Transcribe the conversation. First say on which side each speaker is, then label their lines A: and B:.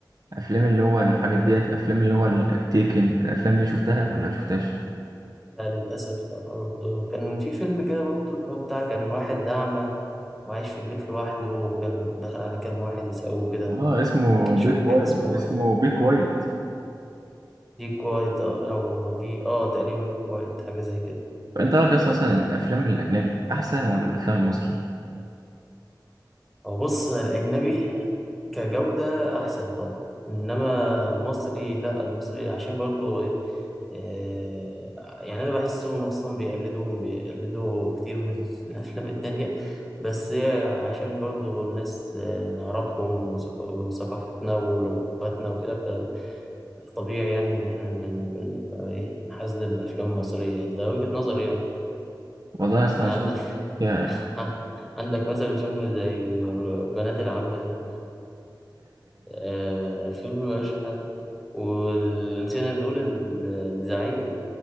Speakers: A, on the right (about 55°); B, in the centre.
A: افلام اللي هو الحاجات ديت افلام اللي هو التيكن الافلام دي شفتها ولا ما شفتهاش
B: لا للاسف لا برضو كان في فيلم كده برضو اللي هو بتاع كان واحد اعمى وعايش في البيت لوحده وكان دخل عليه كام واحد يسقوه كده
A: اه اسمه
B: مش
A: بيك
B: فاكر كان
A: وايت
B: اسمه
A: اسمه
B: ايه
A: بيك وايت
B: بي كوايت او بي اه تقريبا بي كوايت حاجه زي كده
A: انت رايك اصلا مثلا الافلام الاجنبي احسن ولا الافلام المصري
B: هو بص الأجنبي كجودة أحسن طبعا إنما المصري لأ المصري عشان برضو إيه إيه، يعني أنا بحسهم أصلا بيقلدوهم بيقلدوا كتير من <laughs> الأفلام التانية بس هي عشان برضو الناس آه، نعرفهم وثق- وثقافتنا ولغتنا وكده فطبيعي يعني إن إحنا ن- نبقى إيه نحاز للأفلام المصرية يعني ده وجهة نظري يعني
A: والله يا اسطى
B: يعني
A: انا اصلا
B: عندك
A: شايف يا
B: <laughs> عندك مثلا فيلم زي بنات العم ده آه فيلم ملوش حل ونسينا نقول ال- الزعيم